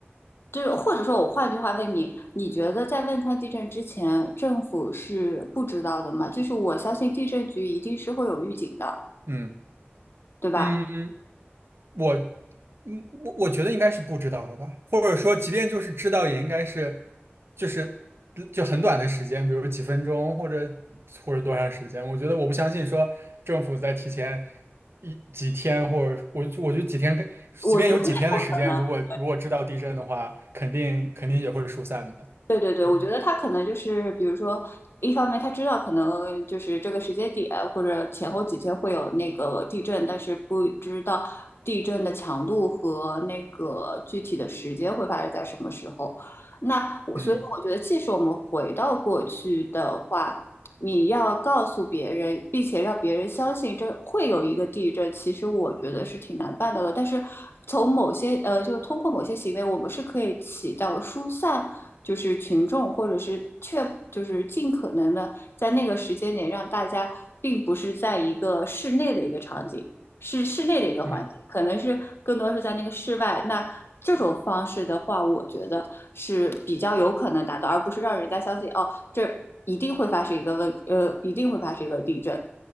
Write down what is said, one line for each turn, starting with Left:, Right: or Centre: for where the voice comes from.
Left: 就是或者说我换句话问你，你觉得在汶川地震之前，政府是不知道的吗？就是我相信地震局一定是会有预警的，
Right: 嗯
Left: 对吧？
Right: 嗯嗯。我，嗯，我我觉得应该是不知道的吧，或者说，即便就是知道，也应该是，就是就很短的时间，比如几分钟，或者或者多长时间。我觉得我不相信说政府在提前一几天，或者我我就几天跟，即便有几天的时间，
Left: 我觉得那不可能。
Right: 如果如果知道地震的话，肯定肯定也会疏散的。
Left: 对对对，
Right: 嗯
Left: 我觉得他可能就是，比如说，一方面他知道可能就是这个时间点或者前后几天会有那个地震，但是不知道地震的强度和那个具体的时间会发生在什么时候。那我所以我觉得，
Right: 嗯
Left: 即使我们回到过去的话，你要告诉别人，并且让别人相信这会有一个地震，其实我觉得是挺难办到的。但是从某些呃，就通过某些行为，我们是可以起到疏散，就是群众或者是确，就是尽可能的在那个时间点让大家，并不是在一个室内的一个场景，是室内的一个环境，
Right: 嗯，
Left: 可能是更多是在那个室外。那这种方式的话，我觉得是比较有可能达到，而不是让人家相信哦。这一定会发生一个问，呃，一定会发生一个地震，